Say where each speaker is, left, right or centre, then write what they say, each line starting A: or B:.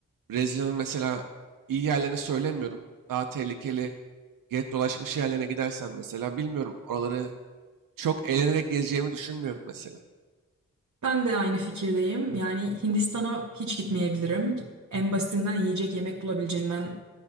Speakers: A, on the right (about 85°); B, on the right (about 60°).
A: Brezilya'nın mesela iyi yerlerini söylemiyorum. Daha tehlikeli Get dolaşmış yerlerine gidersen mesela bilmiyorum oraları çok eğlenerek gezeceğimi düşünmüyorum mesela.
B: Ben de aynı fikirdeyim. Yani Hindistan'a hiç gitmeyebilirim. En basitinden yiyecek yemek bulabileceğimden